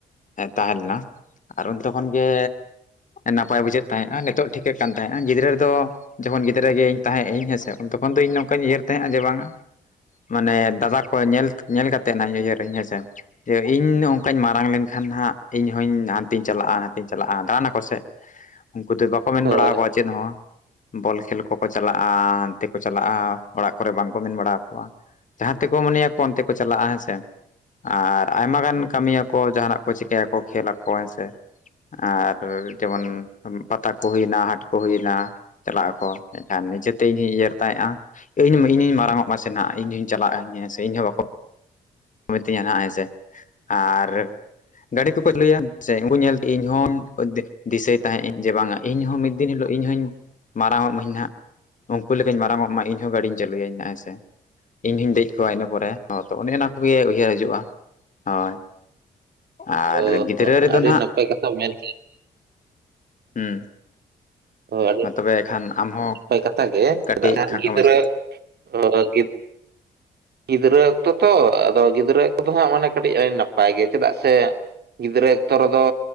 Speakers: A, on the left; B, on the right.
A: ᱮ ᱛᱟᱦᱮ ᱞᱮᱱᱟ᱾ ᱟᱨ ᱚᱱᱛᱮ ᱠᱷᱚᱱ ᱜᱮ ᱱᱟᱯᱟᱭ ᱵᱩᱡᱷᱟᱹᱜ ᱛᱟᱸᱦᱮᱜ-ᱟ ᱱᱤᱛᱚᱜ ᱴᱷᱤᱠᱟᱹᱜ ᱠᱟᱱ ᱛᱟᱸᱦᱮᱜ-ᱟ ᱜᱤᱫᱽᱨᱟᱹ ᱨᱮᱫᱚ ᱡᱮᱢᱚᱱ ᱜᱤᱫᱽᱨᱟᱹ ᱜᱮᱭᱤᱧ ᱛᱟᱸᱦᱮᱜ ᱟᱹᱧ ᱦᱮᱸ ᱥᱮ ᱛᱚᱠᱷᱚᱱ ᱫᱚ ᱤᱧ ᱱᱚᱝᱠᱟᱧ ᱩᱭᱦᱟᱹᱨ ᱛᱟᱸᱦᱮᱜ-ᱟ ᱡᱮ ᱵᱟᱝᱟ ᱢᱟᱱᱮ ᱫᱟᱫᱟ ᱠᱚ ᱧᱮᱞ ᱧᱮᱞ ᱠᱟᱛᱮ ᱱᱷᱟᱜ ᱩᱭᱦᱟᱹᱨ ᱟᱹᱧ ᱦᱮᱸ ᱥᱮ᱾ ᱡᱮ ᱤᱧ ᱱᱚᱝᱠᱟᱧ ᱢᱟᱨᱟᱝ ᱞᱮᱱᱠᱷᱟᱱ ᱦᱟᱸᱜ ᱤᱧ ᱦᱚᱧ ᱦᱟᱱᱛᱤᱧ ᱪᱟᱞᱟᱜ-ᱟ ᱱᱟᱛᱮᱧ ᱪᱟᱞᱟᱜ-ᱟ ᱫᱟᱸᱬᱟᱱᱟᱠᱚ ᱥᱮ ᱩᱱᱠᱩ ᱫᱚ ᱵᱟᱠᱚ ᱢᱮᱱ
B: ᱦᱳᱭ
A: ᱵᱟᱲᱟᱣ ᱠᱚᱣᱟ ᱪᱮᱫ ᱦᱚᱸ᱾ ᱵᱚᱞ ᱠᱷᱮᱞ ᱠᱚᱠᱚ ᱪᱟᱞᱟᱜ-ᱟ ᱦᱟᱱᱛᱮ ᱠᱚ ᱪᱟᱞᱟᱜ-ᱟ᱾ ᱚᱲᱟᱜ ᱠᱚᱨᱮ ᱵᱟᱝ ᱠᱚ ᱢᱮᱱ ᱵᱟᱲᱟᱣ ᱠᱚᱣᱟ ᱡᱟᱦᱟ ᱛᱮᱠᱚ ᱢᱚᱱᱮᱭᱟᱠᱚ ᱚᱱᱛᱮ ᱠᱚ ᱪᱟᱞᱟᱜ-ᱟ ᱦᱮᱸ ᱥᱮ ᱟᱨ ᱟᱭᱢᱟ ᱜᱟᱱ ᱠᱟᱢᱤᱭᱟᱠᱚ ᱡᱟᱦᱟ ᱱᱟᱜ ᱠᱚ ᱪᱤᱠᱟᱭᱟᱠᱚ ᱠᱷᱮᱞ ᱟᱠᱚ ᱦᱮᱸ ᱥᱮ ᱟᱨ ᱡᱮᱢᱚᱱ ᱯᱟᱛᱟ ᱠᱚ ᱦᱩᱭᱮᱱᱟ ᱦᱟᱴ ᱠᱚ ᱦᱩᱭᱮᱱᱟ ᱪᱟᱞᱟᱜ ᱟᱠᱚ ᱮᱱᱠᱷᱟᱱ ᱱᱤᱡᱮᱛᱮ ᱤᱧ ᱦᱩᱧ ᱩᱭᱦᱟᱹᱨ ᱛᱟᱦᱮᱸᱜ-ᱟ ᱤᱧ ᱤᱧ ᱦᱩᱧ ᱢᱟᱨᱟᱝᱚᱜ ᱢᱟᱥᱮ ᱱᱷᱟᱜ ᱤᱧ ᱦᱩᱧ ᱪᱟᱞᱟᱜ ᱟᱹᱧ ᱥᱮ ᱤᱧ ᱦᱚᱸ ᱵᱟᱠᱚ ᱢᱤᱛᱤᱧᱟ ᱱᱷᱟᱜ ᱦᱮᱸᱥᱮ ᱟᱨ ᱜᱟᱰᱤ ᱠᱚᱠᱚ ᱞᱟᱹᱭᱟ ᱥᱮ ᱩᱱᱠᱩ ᱧᱮᱞᱛᱮ ᱤᱧ ᱦᱚᱧ ᱫᱤᱥᱟᱹᱭ ᱛᱟᱦᱮᱸᱜ ᱟᱹᱧ ᱡᱮ ᱵᱟᱝᱟ ᱤᱧᱦᱚᱸ ᱢᱤᱫ ᱫᱤᱱ ᱦᱤᱞᱳᱜ ᱤᱧ ᱦᱚᱧ ᱢᱟᱨᱟᱝ ᱚᱜ ᱢᱟᱹᱧ ᱱᱷᱟᱜ ᱩᱱᱠᱩ ᱞᱮᱠᱟᱧ ᱢᱟᱨᱟᱝ ᱚᱜ ᱢᱟ ᱤᱧᱦᱚᱸ ᱜᱟᱰᱤᱧ ᱪᱟᱞᱩᱭᱟᱧ ᱱᱟᱜ ᱦᱮᱸᱥᱮ ᱤᱧ ᱦᱩᱧ ᱫᱮᱡ ᱠᱚᱣᱟ ᱤᱱᱟᱹ ᱯᱚᱨᱮ ᱦᱚᱸ ᱛᱚ ᱚᱱᱮ ᱚᱱᱟ ᱠᱚᱜᱮ ᱩᱭᱦᱟᱹᱨ ᱦᱤᱡᱩᱜ-ᱟ ᱦᱳᱭ ᱟᱨ
B: ᱚ
A: ᱜᱤᱫᱽᱨᱟᱹ
B: ᱦᱚ
A: ᱨᱮᱫᱚ
B: ᱟᱹᱰᱤ
A: ᱱᱷᱟᱜ
B: ᱱᱟᱯᱟᱭ ᱠᱟᱛᱷᱟ ᱢᱮᱱ
A: ᱦᱩᱸ᱾
B: ᱛᱚ ᱟᱰᱤ
A: ᱢᱟ ᱛᱚᱵᱮ ᱠᱷᱟᱱ ᱟᱢᱦᱚᱸ
B: ᱦᱳᱭ ᱠᱟᱛᱷᱟ ᱜᱮ
A: ᱠᱟᱹᱴᱤᱡ
B: ᱪᱮᱫᱟᱜ ᱥᱮ ᱦᱟᱸᱜ
A: ᱠᱷᱟᱴᱚ
B: ᱜᱤᱫᱽᱨᱟᱹ
A: ᱢᱟᱪᱷᱟ
B: ᱦᱳᱭ ᱜᱤᱫ ᱜᱤᱫᱽᱨᱟᱹ ᱚᱠᱛᱚ ᱛᱚ ᱟᱫᱚ ᱜᱤᱫᱽᱨᱟᱹ ᱚᱠᱛᱚ ᱫᱚ ᱦᱟᱸᱜ ᱢᱟᱱᱮ ᱠᱟᱴᱤᱡ ᱳᱭ ᱱᱟᱯᱟᱭ ᱜᱮ ᱪᱮᱫᱟᱜ ᱥᱮ ᱜᱤᱫᱽᱨᱟᱹ ᱚᱠᱛᱚ ᱨᱮᱫᱚ